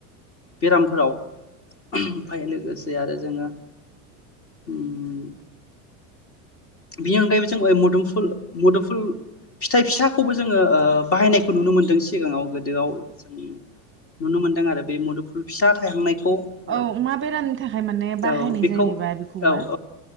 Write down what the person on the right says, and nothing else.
औ अमा बेरामनि थाखाय माने बाहायनाय
जायोबा बेखौबा